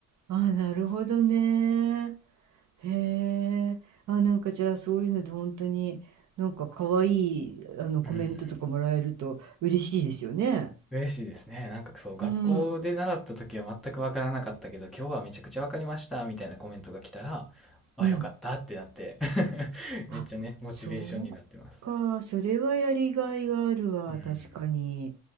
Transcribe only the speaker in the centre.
うん。嬉しいですね。なんかそう、学校で習った時は全くわからなかったけど、
今日はめちゃくちゃわかりましたみたいなコメントが来たら、あ、
よかったってなって <laughs> めっちゃね、
モチベーションになってます。
うん。